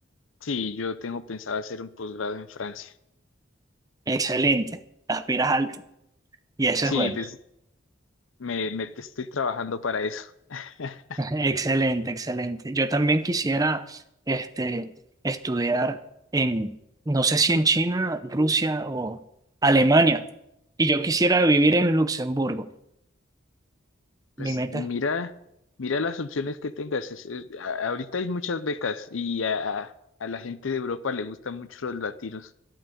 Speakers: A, on the left; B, on the right.
A: sí, yo tengo pensado hacer un posgrado en Francia.
B: Excelente, aspiras alto y eso
A: Sí,
B: es bueno.
A: pues me, me estoy trabajando para eso. <laughs>
B: Excelente, excelente. Yo también quisiera este, estudiar en, no sé si en China, Rusia o Alemania. Y yo quisiera vivir en Luxemburgo.
A: Pues
B: Mi meta
A: mira,
B: es... <laughs>
A: mira las opciones que tengas. Es- es- a- ahorita hay muchas becas y a, a- a la gente de Europa le gustan mucho los latinos.